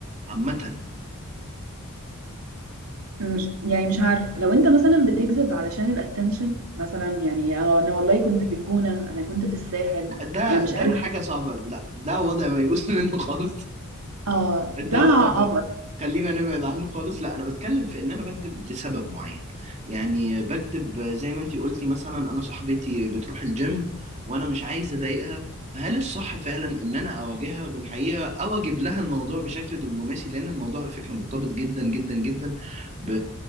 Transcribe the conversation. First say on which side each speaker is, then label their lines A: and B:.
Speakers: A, on the right; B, on the right.
A: عامة
B: مش يعني مش عارف لو انت مثلا بتكذب علشان الاتنشن مثلا يعني اه انا والله كنت في الجونه انا كنت في الساحل
A: لا، ده
B: انا مش
A: ده
B: عارف
A: حاجة صعبة لا ده وضع ما يقوس <laughs> منه خالص
B: اه
A: الدواء
B: ده
A: ده وضع ما-
B: عبط
A: خلينا نبعد عنه خالص لا انا بتكلم في ان انا بكذب لسبب معين يعني بكذب زي ما انتي قلتي مثلا انا صاحبتي بتروح الجيم وانا مش عايز اضايقها فهل الصح فعلا ان انا اواجهها بالحقيقه او اجيب لها الموضوع بشكل دبلوماسي لان الموضوع على فكره مرتبط جدا جدا جدا ب...